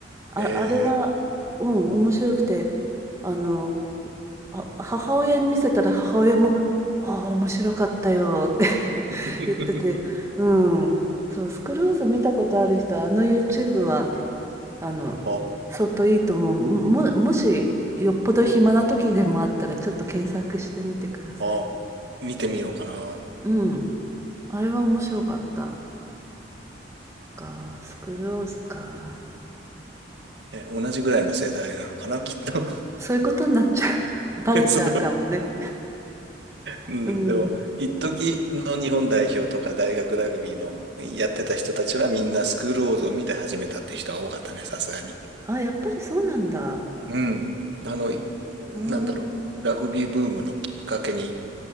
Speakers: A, on the right; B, on the right.
A: あ、
B: え
A: あれは、うん、面白くて、あの、あ、母親に見せたら母親も「ああ、面白かったよ」って <laughs>
B: ー、
A: 言ってて、
B: <laughs>
A: うん、そう、スクローズ見たことある人は、あの YouTube は、あの、
B: は
A: 相当いいと思う。も、もしよっぽど暇な時でもあったら、ちょっと検索してみてください。
B: あ、はあ、見てみようかな。
A: うん、あれは面白かった。か、スクローズか。
B: え、同じぐらいの世代なのかな、きっと。
A: そういうことになっちゃう。<laughs> バレちゃうかもね。
B: <laughs> そう。うん、
A: うん。
B: でも、一時の日本代表とか大学ラグビーのやってた人たちはみんなスクールウォーズを見て始めたっていう人は多かったね、さすがに。
A: あ、やっぱりそうなんだ。
B: うん。あの、いなんだろう。
A: うーん。
B: ラグビーブームのきっかけに、